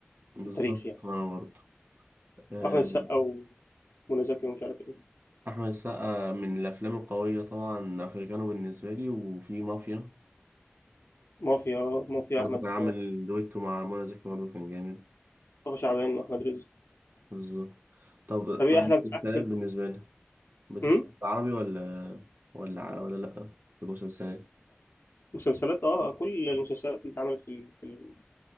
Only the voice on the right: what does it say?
بالظبط
وأنا برضه آه،
أحمد السقا من الأفلام القوية طبعا أفريكانو بالنسبة لي وفي مافيا
برضه
كان عامل دويتو مع منى زكي برضه كان جامد
بالظبط طب
طب
المسلسلات
بالنسبة لك بتتفرج
عربي ولا ولا ع- ولا لأ في المسلسلات